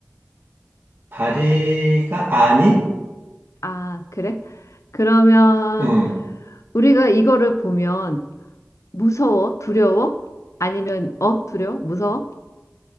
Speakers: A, on the right (about 50°); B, on the left (about 90°).
A: 다리가 아니?
B: 아, 그래? 그러면
A: 음,
B: 우리가 이거를 보면 무서워? 두려워? 아니면, 어, 두려워? 무서워?